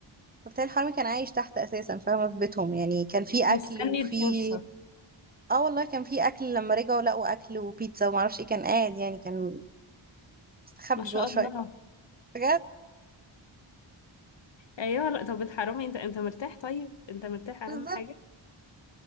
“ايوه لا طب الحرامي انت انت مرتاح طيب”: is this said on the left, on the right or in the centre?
Left